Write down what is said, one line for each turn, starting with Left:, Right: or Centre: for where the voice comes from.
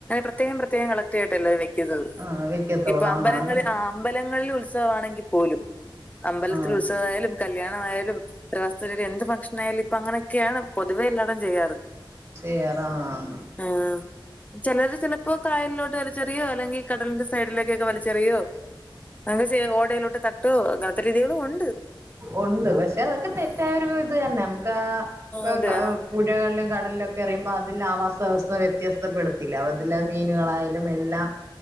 Left: പ്രത്യേകം പ്രത്യേകം കളക്ട് ആയിട്ടല്ല വെക്കുന്നത്
Right: ആ വെക്കത്തോളാന്ന്
Left: ഇപ്പ അമ്പലങ്ങ
Right: അങ്ങനെ
Left: ആഹ് അമ്പലങ്ങളിൽ ഉത്സവമാണെങ്കിൽ പോലും അമ്പലത്തിൽ
Right: ആ
Left: ഉത്സവമായാലും കല്യാണമായാലും ഇത്ര വസ്തുര് എന്ത് ഫംഗ്ഷനായയാലുംപ്പൊ അങ്ങനെയൊക്കെയാണ് പൊതുവേ എല്ലാരും ചെയ്യാറ്
Right: ചെയ്യാറ് ആഹ് ആഹ്
Left: ആഹ് ചിലർ ചിലപ്പോ കായലിലോട്ട് വലിച്ചെറിയോ അല്ലെങ്കിൽ കടലിന്റെ സൈഡിലേക്കൊക്കെ വലിച്ചെറിയോ അങ്ങ് ചെയ്യ് ഓടയിലോട്ട് തട്ടോ അങ്ങൻത്ത രീതികളും ഉണ്ട്
Right: ഉണ്ട് പക്ഷെ അതൊക്കെ തെറ്റായരു
Left: ആഹ്
Right: ഇത് തന്നെ നമുക്ക് ആഹ് ഇപ്പൊ
Left: അതെ ആഹ്
Right: പുഴകളിലും കടലിലൊക്കെ എറിയുമ്പോ അതിൽ ആവാസ്യവസ്ഥ വ്യത്യാസ്തം ക്ടപ്പെടുത്തില്ല അവിടെത്തെല്ല മീനുകളായാലും എല്ലാം